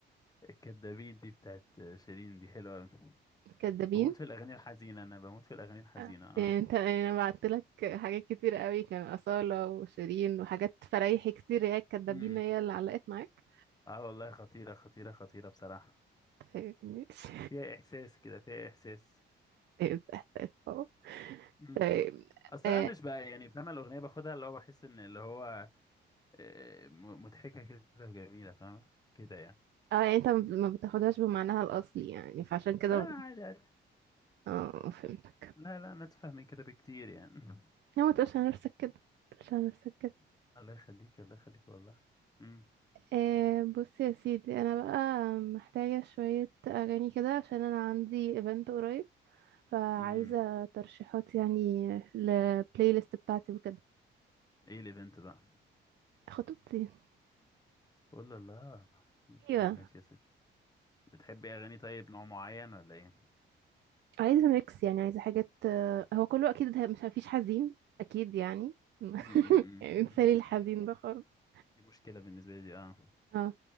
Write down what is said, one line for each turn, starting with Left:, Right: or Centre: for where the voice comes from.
Left: الكدابين دي بتاعت آه، شيرين دي حلوه قوي
Right: كدابين
Left: بموت في الاغاني الحزينه انا بموت في الاغاني الحزينه
Right: آه.
Left: اه
Right: إيه انت انا بعت لك حاجات كتير قوي كان أصالة وشيرين وحاجات فريحي كتير هي الكدابين
Left: امم
Right: هي اللي علقت معاك
Left: اه والله خطيره خطيره خطيره بصراحه
Right: طيب ماشي
Left: فيها احساس كده فيها احساس
Right: <laughs> إيه احساس اه
Left: امم
Right: طيب
Left: اصل
Right: اه
Left: انا مش بقى يعني فاهمه الاغنيه باخدها اللي هو بحس ان اللي هو آه، م- مضحكه كده وجميله فاهمه كده يعني
Right: آه، يعني انت ما بتاخدهاش بمعناها الاصلي يعني فعشان كده
Left: لا لا عادي
Right: اه فهمتك
Left: لا لا انا اتفهم من كده بكتير يعني
Right: لا ما تقولش على نفسك كده ما تقولش على نفسك كده
Left: <laughs> الله يخليك الله يخليك والله امم
Right: آه بص يا سيدي انا بقى محتاجة شوية اغاني كده عشان انا عندي ايفنت قريب فعايزة
Left: امم
Right: ترشيحات يعني للبلاي ليست بتاعتي وكده
Left: ايه الايفنت بقى
Right: خطوبتي
Left: ولا لا
Right: ايوه
Left: طب ماشي يا ستي بتحبي اغاني طيب نوع معين ولا ايه
Right: عايزة ميكس يعني عايزة حاجات آه، هو كله اكيد ه- مش مفيش حزين اكيد يعني <laughs>
Left: مم، مم،
Right: يعني
Left: مم.
Right: انسالي الحزين
Left: <laughs>
Right: ده خالص
Left: دي مشكلة بالنسبة لي دي اه
Right: اه